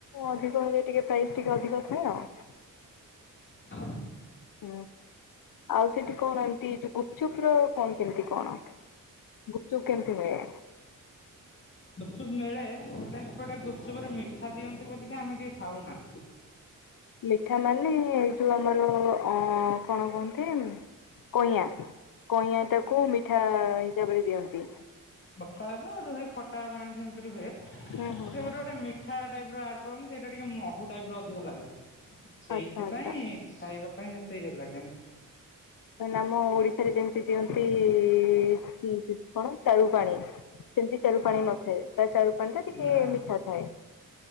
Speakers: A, on the left (about 80°); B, on the left (about 35°).
A: ଅଧିକ ହେଲେ ଟିକେ ପ୍ରାଇସ୍ ଟିକେ ଅଧିକ ଥାଏ ଆଉ।
B: ହ
A: ହୁଁ ହୁଁ। ଆଉ ସେଠି କଣ ଏମିତି ଯଉ ଗୁଚୁପର କଣ କେମିତି କଣ? ଗୁପଚୁ କେମିତି ମିଳେ?
B: ଗୁପସୁପ ମିଳେ ଗୋଟେ ହେପଟେ ଗୁପଚୁପ ରେ ମିଠା ଦିଅନ୍ତି ବୋଲିକି ଆମେ କେହି ଖାଉନା।
A: ମିଠା ମାନେ ଏଇ ଯୋଉ ଆମର ଅ କଣ କହନ୍ତି? କଇଁଆଁ କଇଁଆଁ ଟାକୁ ମିଠା ହିସାବରେ ଦିଅନ୍ତି।
B: ବର୍ତା ତଉ ରୁହେ ଖଟା ପାଣି ସେମିତି ରୁହେ। ସେ
A: ହୁଁ ହୁଁ ହୁଁ।
B: ଗୋଟେ ଗୋଟେ ମିଠା ଟାଇପ ର ଆଡ କରନ୍ତୁ ସେଇଟା ଟିକେ ମହୁ ଟାଇପ ଅଧିକ ଲାଗେ ସେଇଥିପାଇଁ
A: ଆଚ୍ଛା ଆଚ୍ଛା।
B: ଖାଇବା ପାଇଁ ସେତେ ଇ ଲାଗେନି।
A: ନି ଆମ ଓଡିଶାରେ ଯେମିତି ଦିଅନ୍ତି କଣ ଚାରୁୁ ପାଣି। ସେମିତି ଚାରୁ
B: ହଁ
A: ପାଣି ନଥାଏ ତା ଚାରୁ ପାଣି ଟା ଟିକେ
B: ନା
A: ମିଠା ଥାଏ।